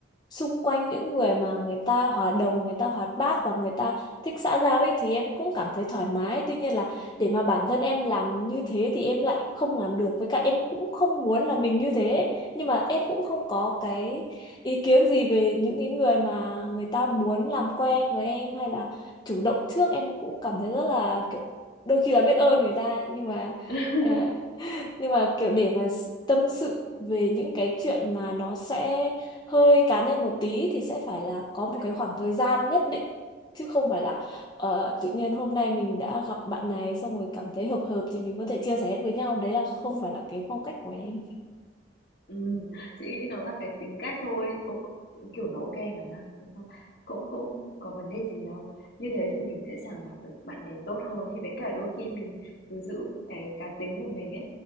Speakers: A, on the left; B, on the left.
A: xung quanh những người mà người ta hòa đồng, người ta hoạt bát và người ta thích xã giao ấy thì em cũng cảm thấy thoải mái. Tuy nhiên là để mà bản thân em làm như thế thì em lại không làm được. Với cả em cũng không muốn là mình như thế. ấy. Nhưng mà em cũng không có cái ý kiến gì về những cái người mà người ta muốn làm quen với em hay là chủ động trước. Em cũng cảm thấy rất là kiểu đôi khi là biết ơn người ta nhưng mà
B: <laughs>
A: ờ, nhưng mà kiểu để mà s- tâm sự về những cái chuyện mà nó sẽ hơi cá nhân một tí thì sẽ phải là có một cái khoảng thời gian nhất định chứ không phải là ờ, tự nhiên hôm nay mình đã gặp bạn này xong rồi cảm thấy hợp hợp thì mình có thể chia sẻ hết với nhau đấy là không phải là cái phong cách của em
B: Ừm, chị nghĩ nó là cái tính cách thôi, ô kiểu, nó ô mà, đúng không? Cũng cũng có vấn đề gì đâu. Như thế thì mình sẽ sàng lọc được bạn bè tốt hơn ấy, với cả đôi khi mình cứ giữ cái cá tính của mình ấy,